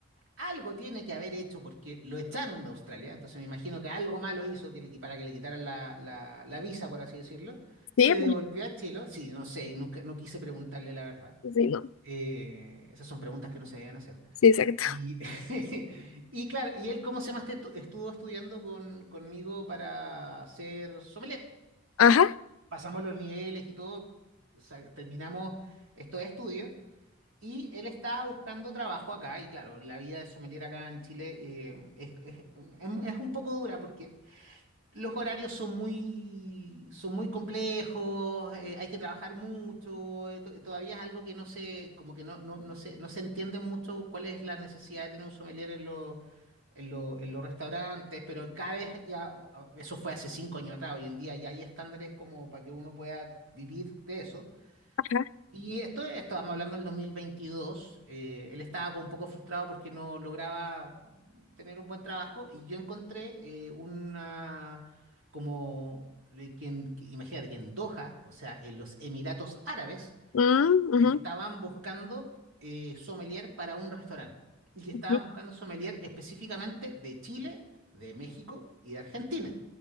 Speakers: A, on the right (about 75°); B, on the left (about 90°).
A: Algo tiene que haber hecho porque lo echaron de Australia. Entonces me imagino que algo malo hizo que le, qui- para que le quitaran la, la- la visa, por así decirlo. Se
B: Sí,
A: devolvió a Chile. Sí, no sé, nunca, no quise preguntarle la verdad.
B: pues, sí, no.
A: Eh, esas son preguntas que no se deben hacer.
B: Sí, exacto.
A: Y, <laughs> y claro, ¿y él cómo se llama? Este estu- estuvo estudiando con, conmigo para ser sommelier.
B: Ajá.
A: Pasamos los niveles y todo. o sea, terminamos estos estudios. Y él estaba buscando trabajo acá, y claro, la vida de sommelier acá en Chile eh, es, es- em- es un poco dura porque los horarios son muy, son muy complejos, eh, hay que trabajar mucho, eh, to- todavía es algo que no se, como que no, no, no se, no se entiende mucho cuál es la necesidad de tener un sommelier en los, en lo- en los restaurantes, pero cada vez ya, eso fue hace cinco años atrás, hoy en día ya hay estándares como para que uno pueda vivir de eso.
B: Ajá.
A: Y esto, estábamos hablando del 2022, eh, él estaba como un poco frustrado porque no lograba tener un buen trabajo y yo encontré eh, una, como, le- que en- que- imagínate que en Doha, o sea, en los Emiratos Árabes,
B: Mm, ujú,
A: estaban buscando eh, sommelier para un restaurante y que estaban
B: sí,
A: buscando sommelier específicamente de Chile, de México y de Argentina.